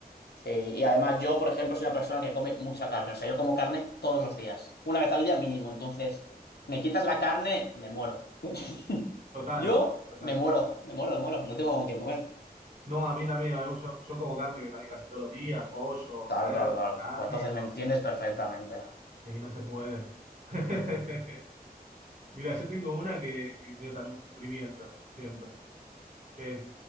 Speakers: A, on the left; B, on the right.
A: sí, y además yo, por ejemplo, soy una persona que come mucha carne. O sea, yo como carne todos los días. Una vez al día mínimo. Entonces, me quitas la carne, me muero. <laughs>
B: total,
A: Yo
B: total.
A: me muero, me muero, me muero. No tengo con qué comer.
B: No, a mí también, a mí- yo, yo como carne también casi todos los días, pollo,
A: Claro,
B: cerdo,
A: claro, claro.
B: carne,
A: Pues entonces
B: y no,
A: me entiendes perfectamente.
B: sí, no se puede. <laughs> Mira, yo tengo una que, que veo también sufrimiento, siempre, que es,